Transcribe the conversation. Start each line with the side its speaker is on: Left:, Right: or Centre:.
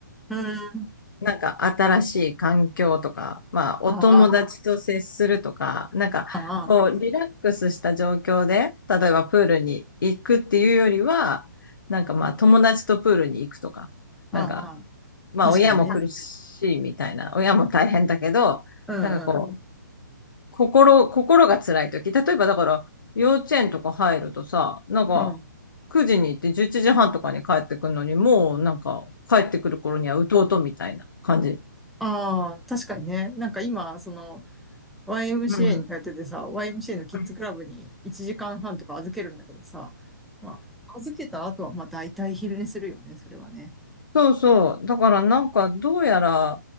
Centre: うん。
Left: なんか新しい環境とか、まあお友達と接するとか、
Centre: ああ、
Left: なんかこうリラックスした状況で、
Centre: ああ、
Left: 例えばプールに行くっていうよりは、なんかまあ友達とプールに行くとか、
Centre: ああ、
Left: なんか
Centre: ああ
Left: まあ親も苦しいみたいな、
Centre: 確かにね。
Left: 親も大変だけど、
Centre: うんうん。
Left: なんかこう、心、心が辛い時、例えばだから幼稚園とか入るとさ、なんか
Centre: うん。
Left: 9時に行って11時半とかに帰ってくるのに、もうなんか帰ってくる頃にはうとうとみたいな感じ
Centre: ああ、確かにね。なんか今、その、YMCA
Left: うん。
Centre: に通っててさ、YMCA のキッズクラブに1時間半とか預けるんだけどさ、
Left: うん。
Centre: まあ、預けた後はまあ大体昼寝するよね、それはね。
Left: そうそう。だからなんかどうやら、